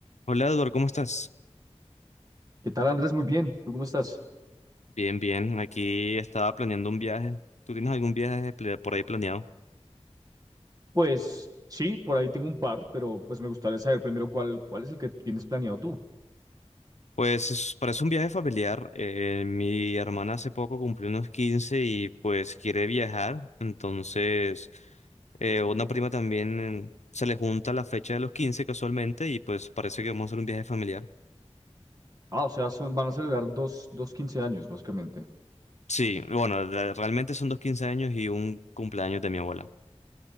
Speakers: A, on the left; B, on the right.
A: Hola Eduardo, ¿cómo estás?
B: ¿Qué tal, Andrés? Muy bien. ¿Tú cómo estás?
A: Bien, bien. Aquí estaba planeando un viaje. ¿Tú tienes algún viaje pla- por ahí planeado?
B: Pues sí, por ahí tengo un par, pero pues me gustaría saber primero cuál, cuál es el que tienes planeado tú.
A: Pues es- parece un viaje familiar. Eh, mi hermana hace poco cumplió unos 15 y pues quiere viajar. Entonces, eh, una prima también se le junta la fecha de los 15 casualmente y pues parece que vamos a hacer un viaje familiar.
B: Ah, o sea, son, van a celebrar dos, dos quince años, básicamente.
A: Sí, bueno, la- realmente son dos 15 años y un cumpleaños de mi abuela.